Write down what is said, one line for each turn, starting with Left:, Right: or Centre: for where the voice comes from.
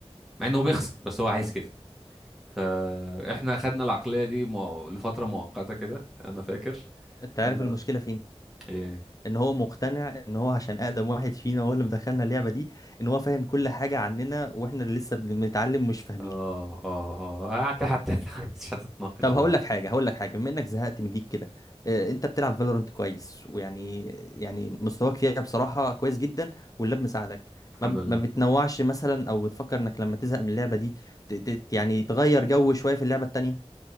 Centre: مع انه بيخسر بس هو عايز كده فاحنا خدنا العقليه دي مو... لفتره مؤقته كده انا فاكر
Left: انت عارف
Centre: اللي
Left: المشكله
Centre: هو
Left: فين
Centre: ايه
Left: ان هو مقتنع ان هو عشان اقدم واحد فينا هو اللي مدخلنا اللعبه دي ان هو فاهم كل حاجه عننا واحنا اللي لسه بنتعلم مش فاهمين
Centre: اه اه اه حتى حتى <laughs> مش هتتناقش
Left: طب
Centre: بقى
Left: هقول لك حاجه هقول لك حاجه بما انك زهقت من ليك كده آه، انت بتلعب فالورانت كويس ويعني يعني مستواك فيها بصراحه كويس جدا واللاب مساعدك
Centre: الحمد
Left: ما ب-
Centre: لله
Left: ما بتنوعش مثلا او بتفكر انك لما تزهق من اللعبه دي ت- ت- يعني تغير جو شويه في اللعبه التانيه